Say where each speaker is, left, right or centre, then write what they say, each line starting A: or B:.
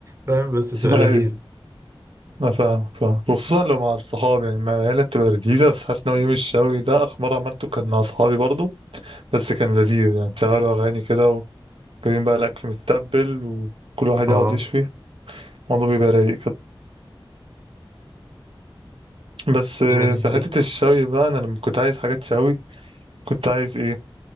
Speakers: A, on the right (about 30°); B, on the right (about 80°).
A: فاهم بس تبقى
B: <laughs> ايوه
A: لذيذة
B: انا فاهم فاهم وخصوصا لو مع الصحاب يعني مع العيله بتبقى لذيذه بس حاسس ان هو يوم الشوي ده اخر مره عملته كان مع صحابي برضه بس كان لذيذ يعني تشغلوا أغاني كده وجايبين بقى الأكل متبل وكل واحد
A: اه
B: يقعد يشوي الموضوع بيبقى رايق كده بس آه،
A: لا دي
B: في
A: حقيقة
B: حتة الشوي بقى أنا لما كنت عايز حاجات شوي كنت عايز إيه